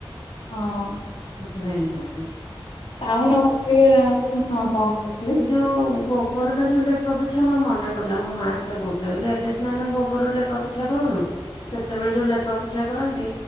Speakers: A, on the left (about 75°); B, on the left (about 55°).
A: ହଁ।
B: ଖାଇ ନଥାନ୍ତି।
A: ଟାଉନ ଅ <inaudible> ପେରା ହଁ କଣ କହୁଥିଲି?
B: ଯଉ ଗୋବର ଟା ଯୋଉ ଲେପା ପୋଛା ମୋର ମନେ ପଡିଲା। ମୋ ମା ଥରେ କହୁଥିଲେ ଏବେ ସିନା ଆମେ ଗୋବରରେ ଆମେ ଲେପା ପୋଛା କରୁନୁ ସେତେବେଳେ ଯୋଉ ଲେପା ପୋଛା କରନ୍ତି।